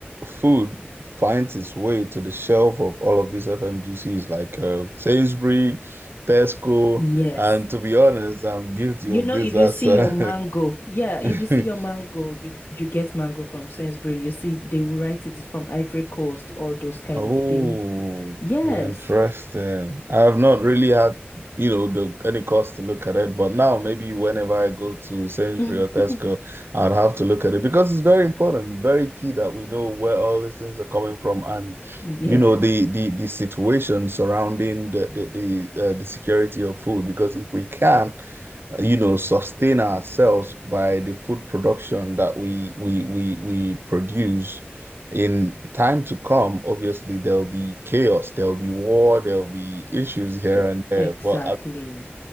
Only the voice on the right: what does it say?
food finds its way to the shelf of all of these FMGCs like uh, Sainsbury, Tesco,
and to be honest, I'm guilty
of
this
as
uh,
<laughs>
Oh,
interesting. I have not really had, you know, the any cause to look at it, but now maybe whenever I go to Sainsbury
or Tesco, I'd have to look at it because it's very important. It's very key that we know where all these things are coming from and,
you know, the the the situation surrounding the the the, uh, the security of food. Because if we can, you know, sustain ourselves by the food production that we we we we produce. In time to come, obviously there'll be chaos, there'll be war, there'll be issues here
and there.
But uh,